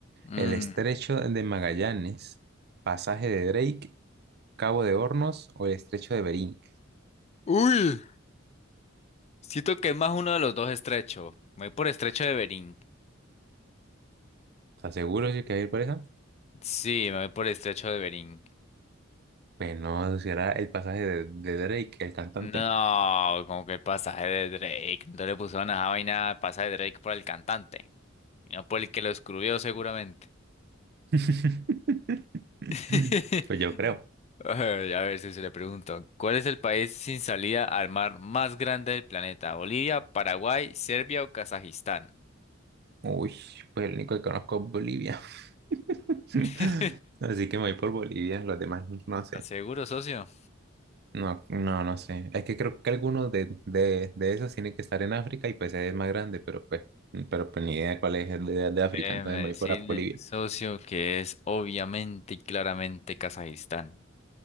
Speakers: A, on the left; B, on the right.
A: mm.
B: ¿El estrecho de Magallanes, pasaje de Drake, Cabo de Hornos o el estrecho de Bering?
A: Uy, siento que es más uno de los dos estrecho. Me voy por estrecho de Bering.
B: ¿Estás seguro socio, que va a ir por esa?
A: Sí, me voy por estrecho de Bering.
B: Pues no, será el pasaje de, de Drake, el cantante.
A: No, como que pasaje de Drake. No le pusieron a esa vaina pasaje de Drake por el cantante. No por el que lo escribió seguramente.
B: <laughs>
A: <laughs>
B: Pues yo creo.
A: Ay, A ver si se le pregunto. ¿Cuál es el país sin salida al mar más grande del planeta? ¿Bolivia, Paraguay, Serbia o Kazajistán?
B: Uy, pues el único que conozco es Bolivia. <laughs>
A: <laughs>
B: Así que me voy por Bolivia, los demás no sé.
A: ¿Estás seguro, socio?
B: No, no, no sé. Es que creo que algunos de, de, de esos tienen que estar en África y pues es más grande, pero pues, pero pues ni idea cuál es el de, de África,
A: Déjeme
B: entonces me
A: decirle,
B: voy por Bolivia.
A: socio, que es obviamente y claramente Kazajistán.